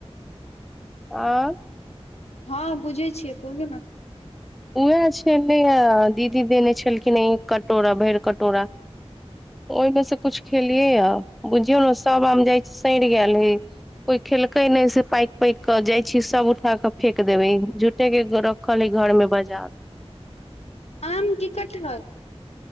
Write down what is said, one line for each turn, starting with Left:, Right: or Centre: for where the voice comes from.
Centre: आ
Left: हँ बुझै छियै बोलू ने
Centre: उएह छलै दीदी देने छलखिन एक कटोरा भरि कटोरा ओहिमे से कुछ खेलियै हा बुझियौ ने सभ आम जाइ छी सड़ि गेल हे कोई खेलकै ने से पैक पैक के जाय छी सब उठा के फेेक देबे झूठे के रखल है घर में बजार
Left: आम की कटहर